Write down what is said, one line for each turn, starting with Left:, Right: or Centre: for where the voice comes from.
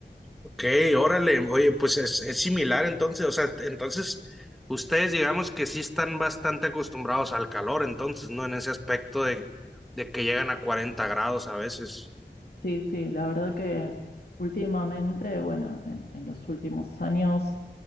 Centre: Ok, órale, oye, pues es, es similar entonces, o sea, t- entonces ustedes digamos que sí están bastante acostumbrados al calor, entonces, ¿no? En ese aspecto de, de que llegan a cuarenta grados a veces.
Left: Sí, sí, la verdad que últimamente, bueno, en en los últimos años